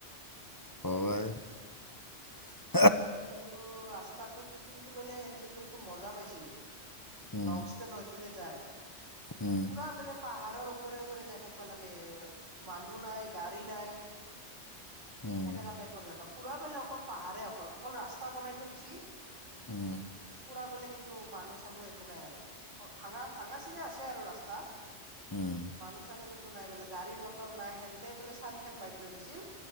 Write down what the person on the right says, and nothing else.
কিন্তু ৰা ৰাস্তাটোত কিন্তু বোলে সনতে যোনটো মজা পাইছি।
নংচতে নহয়। ফেলে যায়।
পুৰা বোলে। পাহাৰৰ ওপৰে-ওপৰে যাই থাকিবা লাগে মানুহ নাই গাড়ী নাই।
সেনেকা টাইপৰ জেগা। পুৰা বেলে অকল পাহাৰে অকল। অকল ৰাস্তা বনাই থৈ দিছি
পুৰা বলে কিন্তু মানুহ চানুহ একো নাই আৰু ভাঙা-ভাঙা চিঙা আছে আৰু ৰাস্তা।
মানুহ-চানুহ কি নাই বোলে গাড়ী মটৰ নাই সেনেতে বোলে চাৰি খন বাইক লৈ গেইছিল।